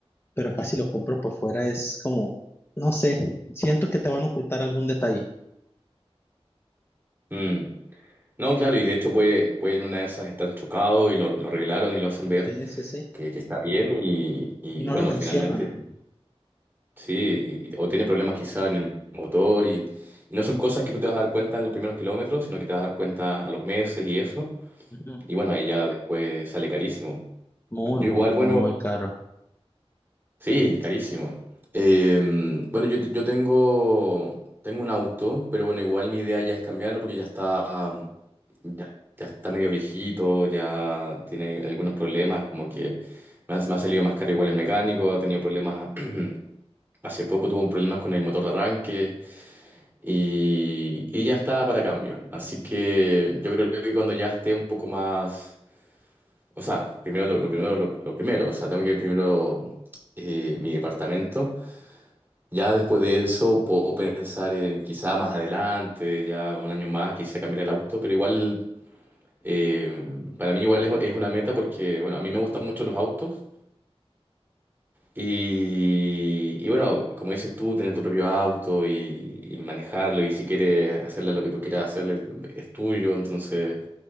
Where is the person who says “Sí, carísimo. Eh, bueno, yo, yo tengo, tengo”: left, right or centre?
Right